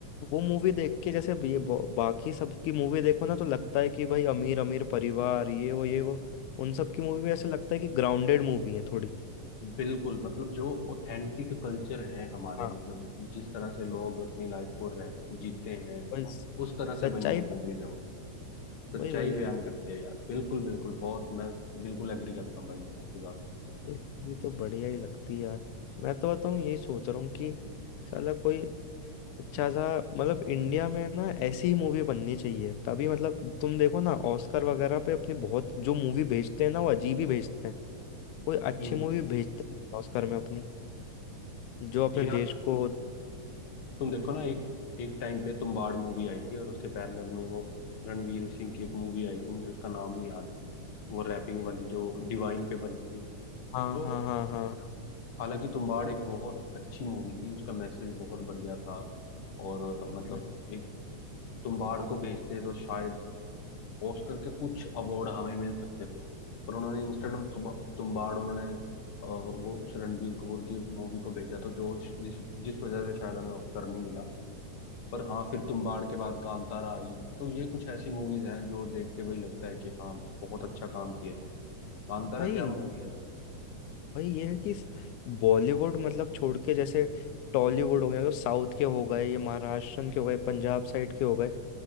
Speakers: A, on the left (about 80°); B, on the left (about 55°).
A: वो मूवी देख के जैसे ये ब- बाकी सबकी मूवी देखो ना तो लगता है कि भाई अमीर अमीर परिवार ये वो ये वो उन सब की मूवी में ऐसे लगता है कि ग्राउंडेड मूवी है थोड़ी
B: बिल्कुल मतलब जो ऑथेंटिक कल्चर है हमारे
A: हाँ
B: मतलब जिस तरह से लोग अपनी लाइफ को रह जीते हैं
A: भाई
B: उस तरह से
A: सच्चाई
B: बनी हुई मूवीज हैं वो सच्चाई
A: वही भाई
B: बयान करती है यार बिल्कुल बिल्कुल बहुत मैं बिल्कुल एग्री करता हूँ भाई आपकी बात से
A: ये मूवी तो बढ़िया ही लगती है यार मैं तो बताऊँ यही सोच रहा हूँ कि साला कोई अच्छा सा मतलब इंडिया में ना ऐसी ही मूवी बननी चाहिए तभी मतलब तुम देखो ना ऑस्कर वगैरह पे अपनी बहुत जो मूवी भेजते हैं ना वो अजीब ही भेजते हैं कोई अच्छी
B: हम्म
A: मूवी भेजते हैं ऑस्कर में अपनी जो अपने
B: यार
A: देश को
B: तुम देखो ना एक एक टाइम पे तुम्बाड़ मूवी आई थी और उसके पैरेलल में वो रणवीर सिंह की एक मूवी आई थी मुझे उसका नाम नहीं याद वो रैपिंग वाली जो डिवाइन पे बनी थी तो
A: हाँ हाँ हाँ हाँ
B: हालांकि तुम्बाड़ एक बहुत अच्छी मूवी थी उसका मैसेज बहुत बढ़िया था और अ, मतलब
A: हम्म,
B: एक तुम्बाड़ को भेजते तो शायद ऑस्कर के कुछ अवार्ड हमें मिल सकते थे पर उन्होंने इंस्टेड
A: हाँ
B: ऑफ तुम्बाड़ उन्होंने अ, वो उस रणबीर कपूर की मूवी को भेजा तो जो जिस जिस वजह से शायद हमें ऑस्कर नहीं मिला पर हाँ फिर तुम्बाड़ के बाद कांतारा आई तो ये कुछ ऐसी मूवीज हैं जो देख के भाई लगता है कि हाँ बहुत अच्छा काम किया है कांतारा
A: भाई
B: क्या मूवी है भाई
A: भाई ये है कि बॉलीवुड मतलब छोड़ के जैसे टॉलीवुड हो गया जो साउथ के हो गए ये महाराष्ट्रन के हो गए पंजाब साइड के हो गए